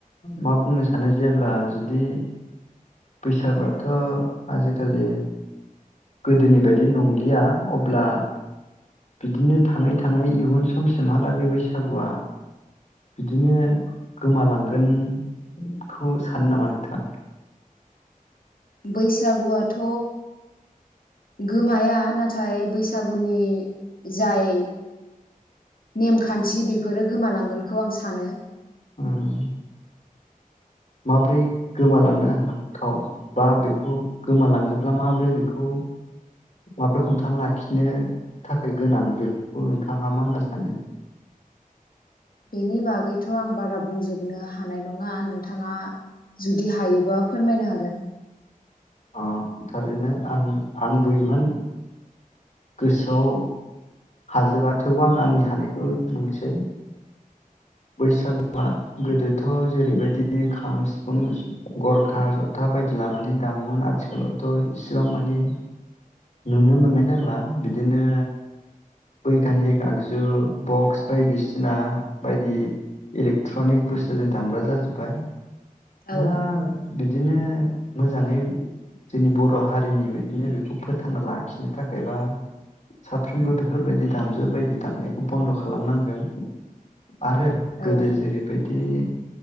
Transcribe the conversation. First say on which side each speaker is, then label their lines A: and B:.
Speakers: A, on the left; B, on the left.
A: मा बुंनो सानो जेब्ला जुदि बैसागुआथ' आजिखालि गोदोनि बायदि नंलिया अब्ला बिदिनो थाङै थाङै इयुन समसिमहालागै बे बैसागुआ बिदिनो गोमालांगोनखौ सानो नामा नोंथाङा?
B: बैसागुआथ' गोमाया नाथाय बैसागुनि जाय नेमखान्थि बेफोरो गोमालांगोनखौ आं सानो
A: उम। माबोरै गोमालांनो हाथाव बा बेखौ गोमालाङोब्ला माबोरै बेखौ माबोरै हमथान लाखिनो थाखाय गोनां बेफोरखौ नोंथाङा मा होनना सानो।
B: बेनि बागैथ' आं बारा बुंजोबनो हानाय नङा नोंथाङा जुदि हायोबा फोरमायनो हागोन।
A: अ थारैनो आं आंबो इमान गोसोआव हाजोबा थेवबो आं आंनि हानायखौ बुंनोसै। बैसागुआ गोदोथ' जेरैबायदि खाम सिफुं गरखा जथा बायदि लानानै दामोमोन आथिखालावथ' इसिबां मानिे नुनो मोननाय जाला बिदिनो बैग्निक आगजु बक्स बायदिसिना बायदि बिदि इलेकट्र'निक बुस्थुजों दामग्रा जाजोब्बाय।
B: औ
A: दा बिदि बिदिनो मोजाङै जोंनि बर' हारिनि बिदिनो बेखौ फोथांना लाखिनो थाखायबा साफ्रोमबो बेफोरबायदि दामजु बायदि दामनायखौ बन्द' खालामनांगोन। आरो
B: औ
A: गोदो जेरैबायदि। बि